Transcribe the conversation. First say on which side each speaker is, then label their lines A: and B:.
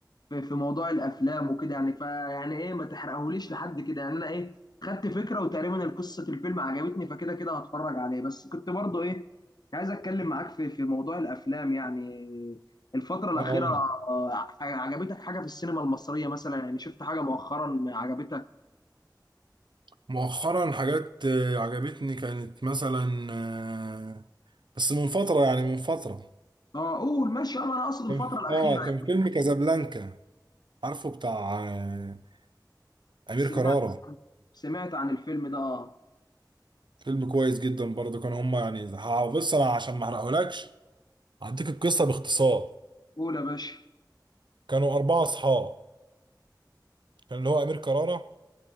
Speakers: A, on the left; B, on the right.
A: في في موضوع الافلام وكده يعني فيعني ايه ما تحرقهوليش لحد كده يعني انا ايه خدت فكره وتقريبا القصه الفيلم عجبتني فكده كده هتفرج عليه بس كنت برضو ايه عايز اتكلم معاك في في موضوع الافلام يعني الفتره
B: اه
A: الاخيره آه، عجبتك حاجه في السينما المصريه مثلا يعني شفت حاجه مؤخرا عجبتك
B: مؤخرا حاجات آه، عجبتني كانت مثلا آه، بس من فترة يعني من فترة
A: اه قول ماشي آه، ما انا اقصد الفتره
B: كان-
A: الاخيره
B: اه
A: يعني
B: كان فيلم كازابلانكا عارفه بتاع آه، أمير
A: سمعت
B: كرارة
A: عن سمعت عن الفيلم ده اه
B: فيلم كويس جدا برضه كانوا هما يعني ه- بص أنا عشان ما أحرقهولكش هديك القصة باختصار
A: قول يا باشا
B: كانوا أربعة أصحاب كان اللي هو أمير كرارة